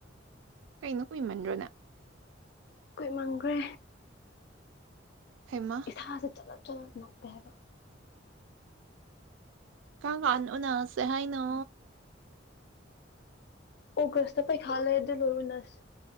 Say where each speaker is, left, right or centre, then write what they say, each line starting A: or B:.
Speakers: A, on the right; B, on the left.
A: ꯀꯩꯅꯣ ꯀꯨꯏꯃꯟꯗ꯭ꯔꯣꯅ
B: ꯀꯣꯏ ꯃꯝꯈ꯭ꯔꯦ
A: ꯍꯩꯃꯥ
B: ꯏꯁꯥꯁꯦ ꯆꯠꯂꯞ ꯆꯠꯂꯞ ꯅꯞꯄꯦ ꯍꯥꯏꯕꯥ
A: ꯀꯥꯝ ꯀꯥꯟ ꯎꯅꯁꯦ ꯍꯥꯏꯅꯣ
B: ꯑꯣꯒꯁꯇ ꯄꯩꯈꯥ ꯂꯩ ꯑꯗꯨ ꯂꯣꯏꯔꯂꯁꯤ